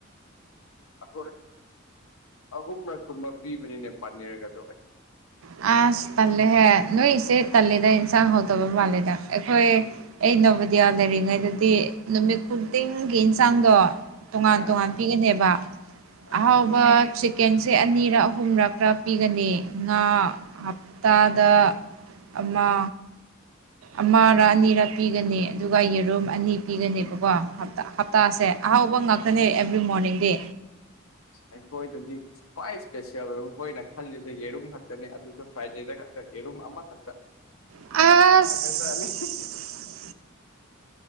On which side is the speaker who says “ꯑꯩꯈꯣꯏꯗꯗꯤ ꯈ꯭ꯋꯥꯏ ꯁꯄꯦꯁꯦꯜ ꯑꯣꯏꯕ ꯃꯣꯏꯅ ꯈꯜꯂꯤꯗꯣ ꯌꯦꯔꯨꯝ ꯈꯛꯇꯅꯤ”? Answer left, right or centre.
Left